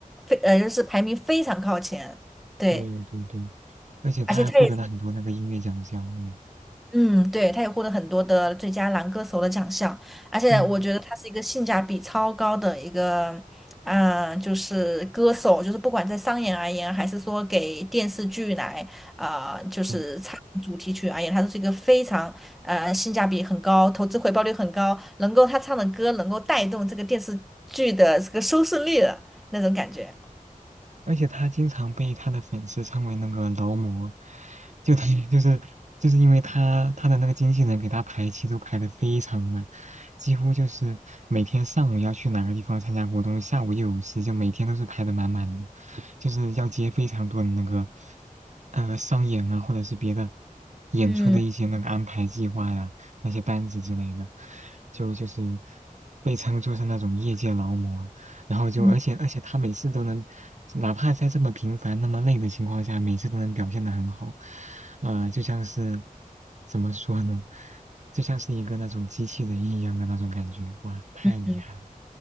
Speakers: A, in the centre; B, on the right (about 55°).
A: 非呃，就是排名非常靠前，对，
B: 对对对，而且他还获得了很多那个音乐奖项，
A: 而且它也
B: 嗯。
A: 嗯，对，它也获得很多的最佳男歌手的奖项，而且我觉得他是一个性价比超高的一个，
B: 嗯，
A: 嗯、就是歌手，就是不管在商演而言，还是说给电视剧来，啊、就是唱主题曲而言，
B: 嗯，
A: 他都是一个非常呃性价比很高、投资回报率很高，能够他唱的歌能够带动这个电视剧的这个收视率的那种感觉。
B: 而且他经常被他的粉丝称为那个劳模，就他就是就是因为他他的那个经纪人给他排期都排的非常满，几乎就是每天上午要去哪个地方参加活动，下午又有事，就每天都是排的满满的，就是要接非常多的那个呃商演啊，或者是别的演出的一些那个安排计划呀、
A: 嗯
B: 那些单子之类的，就就是被称作是那种业界劳模。然后就而且而且他每次都能，
A: 嗯
B: 哪怕在这么平凡、那么累的情况下，每次都能表现得很好，呃，就像是怎么说呢，就像是一个那种机器人一样的那种感觉，哇，太厉害了，
A: 嗯，